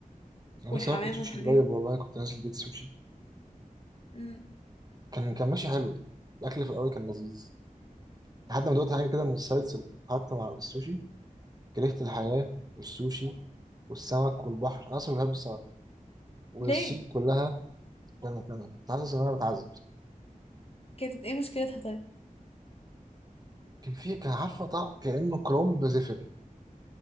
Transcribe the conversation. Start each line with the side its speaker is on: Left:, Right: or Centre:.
Right: انا
Left: والحمام
Right: لسه واكل سوشي
Left: والحاجات
Right: قريب
Left: دي
Right: والله كنت نازل بيت سوشي
Left: مم.
Right: كان كان ماشي حلو يعني الاكل في الاول كان لذيذ لحد ما دوت حاجه كده من السايتس اللي قعدت مع السوشي كرهت الحياه والسوشي والسمك والبحر انا اصلا بحب السمك والصين
Left: ليه؟
Right: كلها كان كان كنت حاسس ان انا بتعذب
Left: كانت ايه مشكلتها طيب؟
Right: كان في كان عارفه طعم كانه كرومب زفر